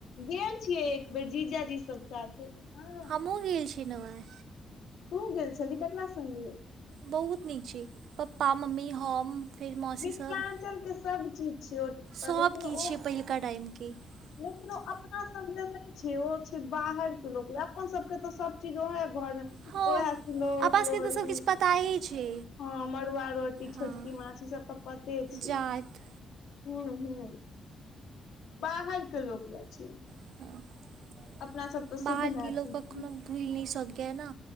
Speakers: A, on the left; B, on the right.
A: गेल छियै एक बेेर जीजाजी सब साथे। हँ
B: हमहू गेल छलहु हे।
A: तूहु गेल छलही ककरा संगे?
B: बहुत निक छैय पापा मम्मी हम। फेर मौसी
A: मिथिलांचल
B: सब
A: के सब चीज छै ओ तऽ
B: सब
A: लेकिन
B: किछु
A: ओ
B: छैय पहिलका टाइम के। <inaudible>
A: लेकिन ओ अपना सब ले नहि छैय ओ छैय बाहर के लोक लय अपन सब के तऽ सब चीज ओहे घरमे
B: हँ
A: ओहे सिलौट
B: अपना सबके
A: लोरी।
B: तऽ सबकिछु पताए छै
A: हँ मड़ुआ रोटी छोटकी
B: हँ
A: माछ ई सब तऽ पते छैय।
B: जात
A: हू हूँ बाहर के लोक ले छैय।
B: <inaudible>
A: अपना सब त
B: बाहरके
A: शुद्ध मैथिल
B: लोक कखनो
A: छी।
B: भूलि नहि सकैए ने